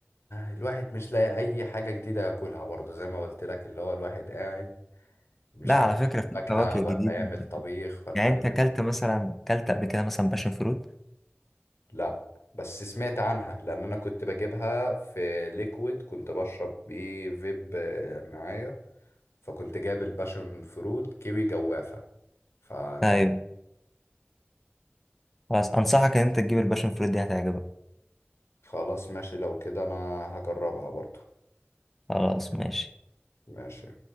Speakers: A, on the left; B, in the centre.
A: الواحد مش لاقي اي حاجة جديدة ياكلها برضو زي ما قلت لك اللي هو الواحد قاعد مش
B: لا
A: عارف
B: على
A: ياكل
B: فكره في
A: فاكهة
B: فواكه
A: ولا
B: جديده
A: يعمل طبيخ ولا
B: يعني انت
A: يعمل
B: اكلت مثلا اكلت قبل كده مثلا باشن فروت
A: لا بس سمعت عنها لأن أنا كنت بجيبها في ليكويد كنت بشرب بيه فيب آه، معايا فكنت جايب الباشن فروت كيوي جوافة فكان
B: ايوه خلاص انصحك ان انت تجيب الباشن فروت دي هتعجبك
A: خلاص ماشي لو كده أنا هجربها برضو
B: خلاص ماشي
A: ماشي